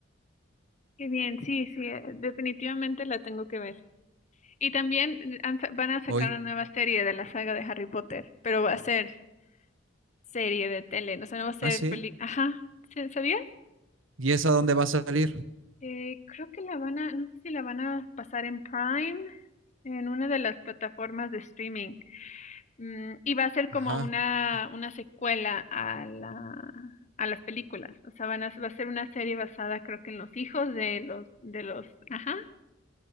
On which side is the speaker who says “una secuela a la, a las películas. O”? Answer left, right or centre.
Left